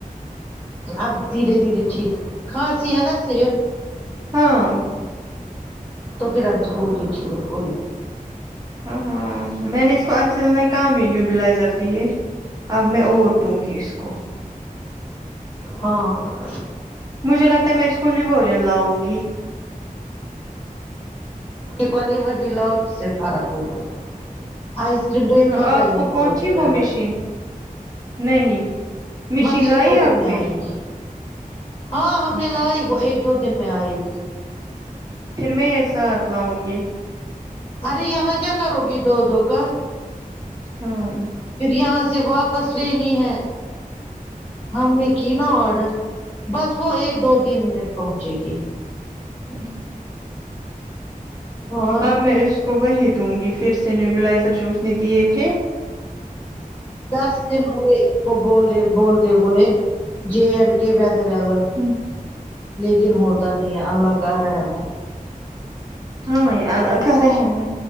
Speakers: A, on the left; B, on the right.
A: اب دھیرے دھیرے ٹھیک کھنسی ہے نا صرف
B: ہاں
A: تو پھر ابد ہوگی ٹھیک کوئی بات نہی
B: ہاں میں نے اس کو اصل میں کہم ہی نیوبلائزر دی ہے اب میں اور دوں گی اس کو
A: ہاں
B: مجھے لگتا ہے میں اسکول لی بول لاؤں گی
A: ٹھیک لگے وہی لاؤ جس سے فرق ہوگا آئس کریم تو یہ
B: ہاں
A: کھاتا
B: آپ
A: ہی
B: کو
A: نہیں ہوگا
B: پہنچی
A: بچارا
B: وہ مشین نہیں مشین
A: بس
B: لائی
A: ایک دو
B: آپ
A: دن میں
B: نے
A: آئے گی ہاں ہم
B: اچھا
A: نے لائی
B: ٹھیک
A: وہ ایک دو دن میں آئے گی
B: پھر میں یہ ساتھ لاؤں گی
A: ارے یہاں کیا کرو گی دو دو کا
B: ہاں
A: پھر یہاں سے واپس لینی ہے ہم نے کی نا آڈر بس وہ ایک دو دن میں پہنچے گی
B: ہوں
A: اور
B: اب میں اس کو وہی دوں گی پھر سے نیوبلائزر جو اس نے دیے تھے
A: دس دن ہوئے ان کو بولے بولتے ہوئے جے اینڈ کے ودرل
B: ہوں
A: لیکن ہوتا نہیں ہے اللہ کا رحم ہے
B: ہاں یہ اللہ کا رحم ہے